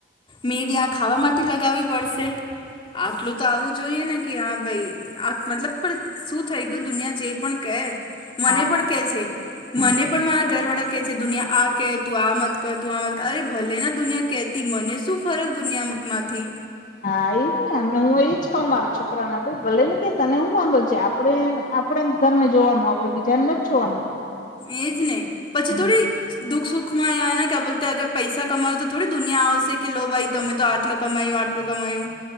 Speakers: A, on the left; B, on the left.
A: મેડ ખાવા માટે લગાવવી પડશે. આટલું તો આવું જોઈએ ને કે હા ભાઈ આ મતલબ પણ શું થઇ ગયું દુનિયા જે પણ કે. મને
B: હા
A: પણ કે છે
B: હમ
A: મને પણ મારા ઘર વાળા કે છે દુનિયા આ કે તું આ મત કર તું આ મત કર અરે ભલે ના દુનિયા કેતી મને શું ફરક દુનિયા માંથી.
B: હા એ જ ને અને હું એજ કઉ મારા છોકરાને આપડે ભલે ને કે તને શું વાંધો છે આપડે આપણેે ઘર ને જોવાનું આપડે બીજાને નથી જ જોવાનું.
A: એજ ને પછી
B: હમ
A: થોડી દુખ સુખમાં ને ક્યા બોલતે અગર પૈસા કમાઓ તો થોડી દુનિયા આવશે કે લો ભાઈ તમે તો આટલું કમાયું આટલું કમાયું.